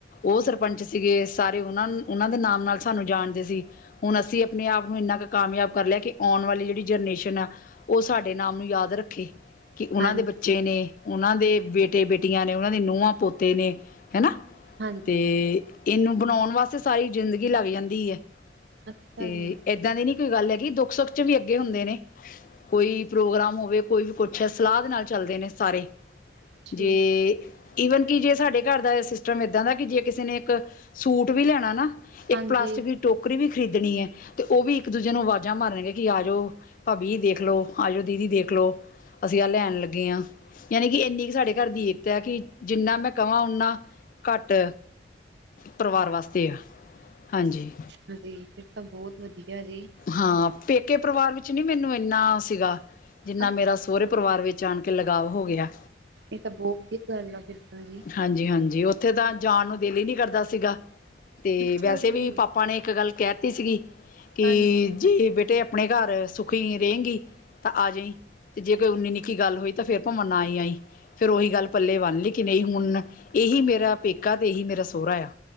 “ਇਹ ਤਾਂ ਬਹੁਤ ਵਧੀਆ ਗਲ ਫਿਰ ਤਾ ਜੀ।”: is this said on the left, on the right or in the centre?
Right